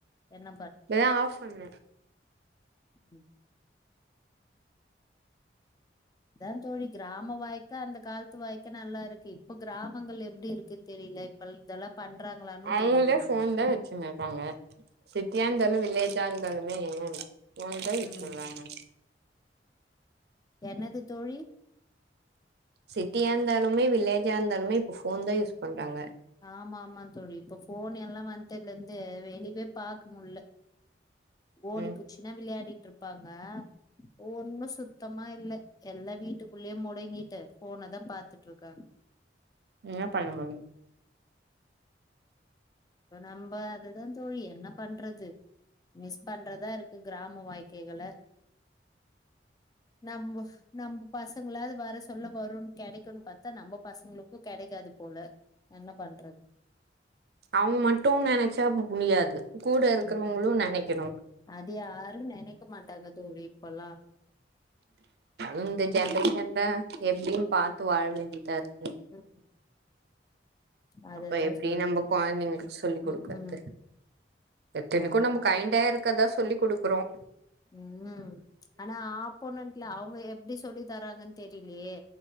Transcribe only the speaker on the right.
இப்பதா ஆஃப் பண்ண
அவங்களே
ஃபோன் தா வச்சின்னு இருக்காங்க சிட்டியா இருந்தாலு வில்லே ஜ்ஜாருந்தாலுமே ஃபோன்தா யூஸ்
பண்றாங்க
சிட்டியா இருந்தாலுமே வில்லேஜ்ஜா இருந்தாலுமே இப்ப ஃபோன்தா யூஸ் பண்றாங்க
ம்
ன்னா பண்ண முட்யு
அவுங் மட்டு நெனச்சாப்பு புனியாது கூட இருக்கிறவுங்குளு
நெனக்கிணு
இந்த ஜென்ரேஷன்ல எப்டின் பாத்து வாழ் வே இதா ருக்கு
அப்ப எப்படி
நம்ப கொழந்தைங்ளுக்கு சொல்லிக் குடுக்றது
எத்தனைக்கும் நம்ம கைண்டா இருக்கதா சொல்லி குடுக் றோம்